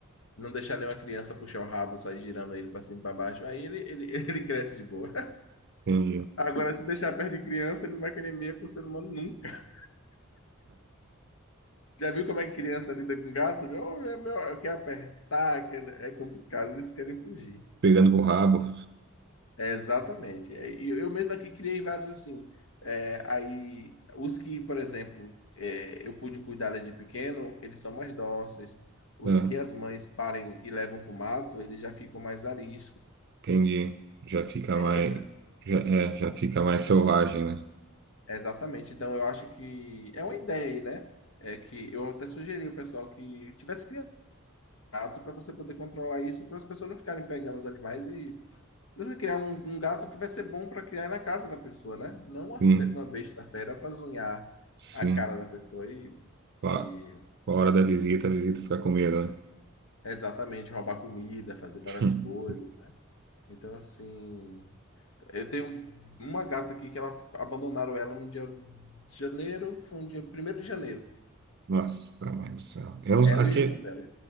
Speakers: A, on the left; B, on the right.
A: não deixar nenhuma criança puxar o rabo, sair girando ele para cima e para baixo, aí ele, ele, <laughs> ele cresce de boa.
B: Entendi.
A: Agora, se deixar perto de criança, ele não vai querer meia com o ser humano nunca. Já viu como é que criança lida com gato? Oh, é meu, eu quero apertar, quer- é complicado, eles querem fugir.
B: pegando pro rabo.
A: É, exatamente. É, E eu mesmo aqui criei vários assim. É, aí, os que, por exemplo, é, eu pude cuidar desde pequeno, eles são mais dóceis. Os
B: Ah,
A: que as mães parem e levam para o mato, eles já ficam mais ariscos.
B: entendi. Já fica
A: É,
B: mais,
A: Essa,
B: já, é, já fica mais selvagem, né?
A: é exatamente. Então, eu acho que é uma ideia aí, né? É que eu até sugeri ao pessoal que tivesse criado gato para você poder controlar isso, para as pessoas não ficarem pegando os animais Você criar um, um gato que vai ser bom para criar na casa da pessoa, né? Não uma,
B: Sim,
A: fe- uma besta fera para zunhar
B: sim.
A: a cara da pessoa e,
B: Pa-
A: e
B: pa hora da visita, a visita fica com medo, né?
A: exatamente roubar comida, fazer
B: <laughs>
A: várias
B: Hum.
A: coisas. Então, assim, eu tenho uma gata aqui que ela abandonaram ela no dia de janeiro, foi um dia primeiro de janeiro.
B: Nossa, mãe do céu. Eu,
A: Ela
B: aqui,
A: e o irmão dela.